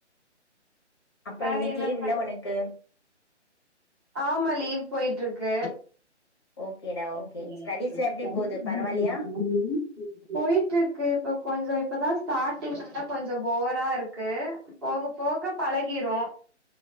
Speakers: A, on the left; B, on the right.
A: அப்புற
B: வேற
A: இன்னைக்கு
B: என்ன
A: லீவ்
B: பண்ணு
A: இல்ல ஒனக்கு
B: ஆமா லீவ் போயிட்ருக்கு
A: ஓகேடா
B: ஓகே டா ஓகே
A: ஸ்டடிஸ்லா எப்டி
B: படிப்பு
A: போது பரவால்லையா
B: <inaudible> போயிட்ருக்கு இப்ப கொஞ்ச இப்பதா ஸ்டார்ட்டிங்னால கொஞ்ச போரா இருக்கு போக போக பழகிரு